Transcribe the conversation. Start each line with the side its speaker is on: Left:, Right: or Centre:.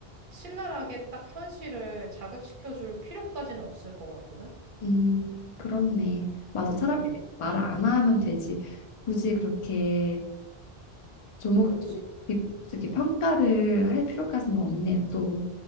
Right: 신랄하게 딱 현실을 자각시켜줄 필요까지는 없을 것 같거든?
Left: 음, 그렇네. 맞아. 차라리
Right: 응, 응,
Left: 말을 안 하면 되지. 굳이 그렇게 조목조목
Right: 그렇지.
Left: 깊- 저기 평가를 할 필요까지는 없네, 또.